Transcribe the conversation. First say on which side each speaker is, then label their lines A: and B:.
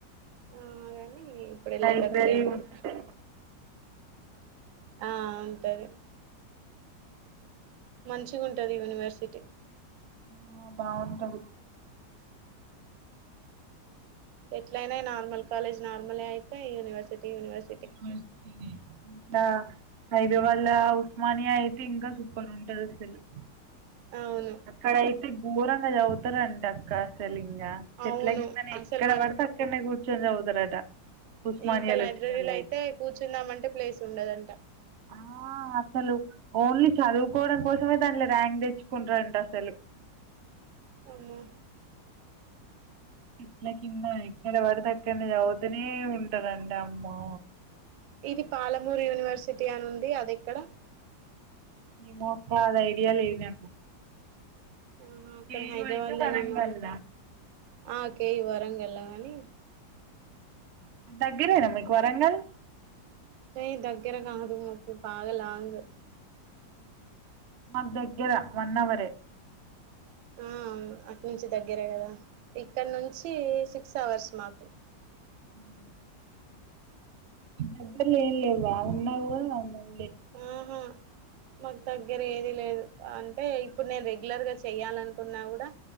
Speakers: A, on the right (about 80°); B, on the right (about 60°).
A: ఆ గాని ఇప్పుడు వెళ్లేటట్టు
B: లైబ్రరీ
A: లేదిగా
B: ఉంటే
A: ఆ ఉంటంది మంచిగా ఉంటది యూనివర్సిటీ
B: ఆ బాగుంటది
A: ఎట్లయినా నార్మల్ కాలేజ్ నార్మలే అయిపాయె యూనివర్సిటీ యూనివర్
B: మర్స్తనే కా హైదరాబాద్ ల ఉస్మానియా అయితే ఇంకా సూపర్ ఉంటది అసలు
A: అవును
B: అక్కడయితే ఘోరంగా చదువుతారంట అక్క అసలు ఇంకా చెట్ల
A: అవును
B: కిందనే
A: అసలు
B: ఎక్కడ
A: వాళ్ళు
B: పడితె అక్ క్కన్నే కూర్చోని చదువుతారట ఉస్మానియాలో
A: ఇంకా లైబ్రరీలో
B: వచ్చినోళ్ళు
A: అయితే కూర్చుందమంటే ప్లేస్ ఉండదంట
B: ఆ అసలు ఓన్లీ చదువుకోవడం కోసమే దాంట్లే ర్యాంక్ తెచ్చుకుంటారంట అసలు
A: అమ్మో
B: ఇట్ల కింద ఎక్కడ పడితే అక్కన్నే చదువుతనే ఉంటారంట అమ్మో
A: ఇది పాలమూరు యూనివర్సిటీ అని ఉంది అది ఎక్కడ
B: ఏమో అక్క అది ఐడియా లేదు నాకు
A: అహ అక్కడ
B: కేయూ
A: హైదరాబాద్లనేమో
B: అయితే వరంగల్లా
A: ఆ కేయు వరంగళ్ళ కాని
B: దగ్గరేనా మీకు వరంగల్
A: ఏ దగ్గర కాదు మకు బగా లాంగ్
B: మకు దగ్గర వన్ అవరే
A: ఆ అవును అక్కనుంచి దగ్గర కదా ఇక్కడ నుంచి సిక్స్ అవర్స్ మాకు
B: మ్మ్మ్మ్ దగ్గర్లో ఏం లేవ్వ ఉన్న కుడా <unintelligible>
A: ఆహా మాకు దగ్గర ఏది లేదు అంటే ఇప్పుడు నేను రెగ్యులర్ గా చెయాలనుకున్నా కూడా